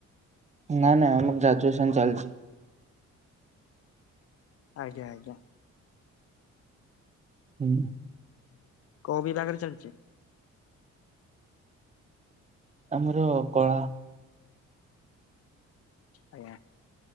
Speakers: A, on the right; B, on the left.
A: ନା ନାଇଁ ଆମର ଗ୍ରାଜୁଏସନ ଚାଲିଛି
B: ଆଜ୍ଞା ଆଜ୍ଞା।
A: ହୁଁ।
B: କୋଉ ବିଭାଗରେ ଚାଲିଛି
A: ଆମର କଳା
B: ଆଜ୍ଞା